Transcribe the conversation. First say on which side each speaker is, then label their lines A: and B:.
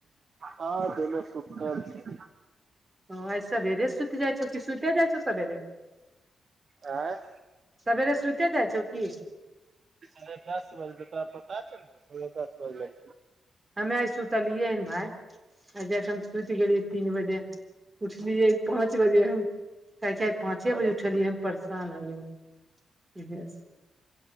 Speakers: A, on the right; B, on the right.
A: हँ दुनु सुतल छै।
B: हं आइ सबेरे सुति जाइ छै कि सुति जाइ छै सबेरे।
A: आंय।
B: सबेरे सुइते जाइ छौ कि?
A: साढ़े दस बजै छै त तोरा पता छौ ने नौ दस बजे
B: हमे ऐ सुूतलियए नै भाय। आइ हम सुति गेलियै तीन बजे उठलियए पाँच बजे हम। आइ हम पाँचे
A: बजलै
B: बजे उठलियै परेशान हो गेलिए।